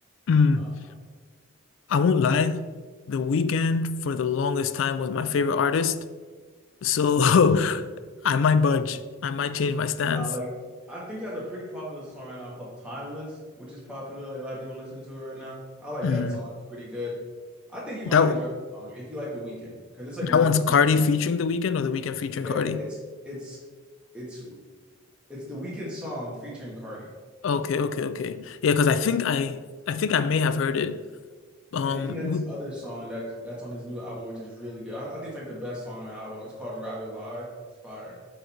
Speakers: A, on the left; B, in the centre.
A: Mm,
B: Um
A: I won't lie. The Weeknd for the longest time was my favorite artist, so <laughs> I might budge. I might change my stance.
B: Nah, like I think he has a pretty popular song right now called Timeless, which is popular. Like a lot of people listen to it right now. I like
A: Mm.
B: that song. It's pretty good. I think you
A: That
B: might enjoy the song if you like The Weeknd, because it's like
A: that
B: mostly
A: one's Cardi featuring The Weeknd or The Weeknd featuring
B: yeah,
A: Cardi?
B: it, it's it's it's it's The Weeknd song featuring Cardi.
A: Okay, okay, okay. Yeah, because I
B: And
A: think I I think I may have heard it. Um,
B: and then he has
A: w-
B: this other song that that's on his new album, which is really good. I, I think it's like the best song on the album. It's called Rather Lie. It's fire.